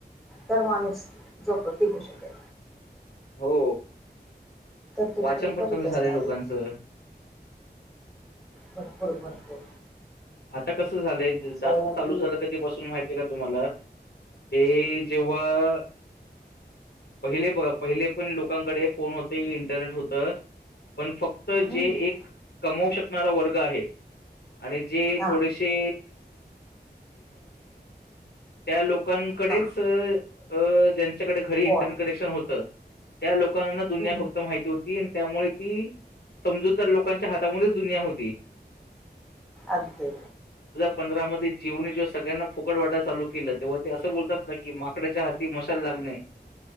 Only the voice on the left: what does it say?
हो
वाचन
पण
कमी झालंय
लोकांचं
आता कसं झालंय
जास्त चालू झालं कधी बसून माहितीय का तुम्हाला हे जेव्हा पहिले पहिले पण लोकांकडे फोन होते इंटरनेट होतं पण फक्त
जे एक कमवू शकणारा वर्ग आहे आणि जे
थोडेसे त्या लोकांकडे
च्याकडे घरी इंटरनेट
कनेक्शन होतं त्या लोकांना दुनिया
फक्त माहिती होती त्यामुळे ती समजू तर लोकांच्या हातामध्येच दुनिया होती
पंधरामध्येध्ये जीवनी जेव्हा सगळ्यांना फुकट वाटाय चालू केलं तेव्हा ते असं बोलतात ना की माकड्याच्या हाती मशाल लागणे